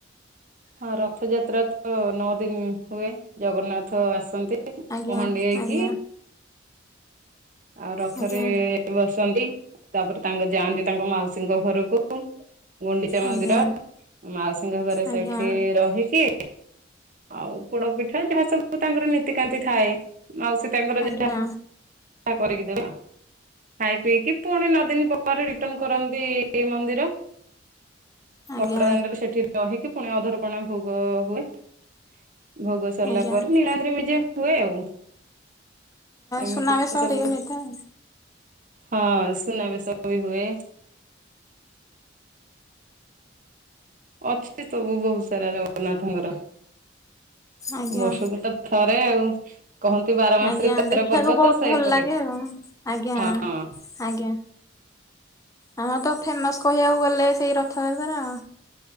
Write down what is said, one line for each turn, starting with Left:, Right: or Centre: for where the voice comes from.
Right: ହଁ ରଥଯାତ୍ରା ତ ନଅ ଦିନ ହୁଏ ଜଗନ୍ନାଥ ଆସନ୍ତି। ପହଣ୍ଡି
Left: ଆଜ୍ଞା
Right: ହେଇକି
Left: ଆଜ୍ଞା
Right: ଆଉ ରଥରେ
Left: ଆଜ୍ଞା
Right: ବସନ୍ତି ତାପରେ ତାଙ୍କ ଯାଆନ୍ତି ତାଙ୍କ ମାଉସୀଙ୍କ ଘରକୁ। ଗୁଣ୍ଡିଚା ମନ୍ଦିର
Left: ଆଜ୍ଞା
Right: ମାଉସୀଙ୍କ ଘରେ
Left: ଆଜ୍ଞା।
Right: ସେଠି ରହିକି ଆଉ ପୋଡ ପିଠା ଯାହା ସବୁ ତାଙ୍କର ନୀତିକାନ୍ତି ଥାଏ। ମାଉସୀ ତାଙ୍କର
Left: ଆଜ୍ଞା
Right: ଯାହା କରିକି ଦେବା ଖାଇ ପିଇକି ପୁଣି ନ ଦିନ ପରେ ରିଟର୍ଣ କରନ୍ତି ମନ୍ଦିର
Left: ଆଜ୍ଞା
Right: ବଡ ଦାଣ୍ଡରେ ସେଠି ରହିକି ପୁଣି ଅଧର କଣା ଭୋଗ ହୁଏଏ। ଭୋଗ ସରିଲା
Left: ଆଜ୍ଞା
Right: ପରେ ନୀଳାନ୍ତରେ ବିଜେ ହୁଏ ଆଉ। ଏମିତି
Left: ସୁନାବେଶ
Right: ତ ସବୁ
Left: ହେରିକା ହେଇଥାଏ
Right: ହଁ ସୁନାବେ ସବୁ ବି ହୁଏ। ଅଛି ସବୁ ବହୁତ ସାରା ଜଗନ୍ନାଥଙ୍କର।
Left: ଆଜ୍ଞା।
Right: ବର୍ଷକୁ ତ ଥରେ ଆଉ। କହନ୍ତି ବାର
Left: ଆଜ୍ଞା
Right: ମାସରେ ତେର
Left: ଦେଖିବାକୁ
Right: ପର୍ବ
Left: ବହୁତ
Right: ତ ସେଇପରି
Left: ଭଲ ଲାଗେ ଆଉ ଆଜ୍ଞା।
Right: ହଁ।
Left: ଆଜ୍ଞା ହଁ ତ ଫେମସ କହିବାକୁ ଗଲେ ସେଇ ରଥଯାତ୍ରା।